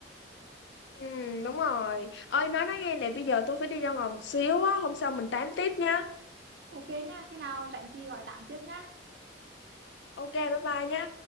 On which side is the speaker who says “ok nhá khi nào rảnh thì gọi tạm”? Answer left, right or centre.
Right